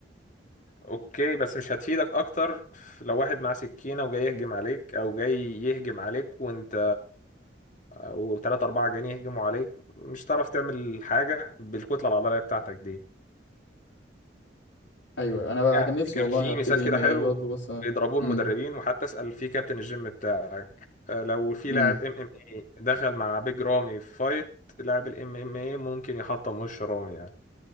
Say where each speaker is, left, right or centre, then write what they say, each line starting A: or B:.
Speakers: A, on the left; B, on the left.
A: اوكي بس مش هتفيدك اكتر ف- لو واحد معاه سكينة وجاي يهجم عليك او جاي يهجم عليك وانت وتلاتة اربعة جايين يهجموا عليك مش هتعرف تعمل حاجة بالكتلة العضلية بتاعتك دي
B: ايوه انا بقى
A: يعني
B: كان نفسي
A: كان
B: والله
A: في
B: هبتدي
A: مثال كده
B: ام ايه
A: حلو
B: برضه بس
A: بيضربوه
B: امم
A: المدربين وحتى اسأل في كابتن الجيم بتاعك آه، لو في
B: امم
A: لاعب ام ام اي دخل مع بيج رامي في فايت لاعب الام ام اي ممكن يحطم وش رامي يعني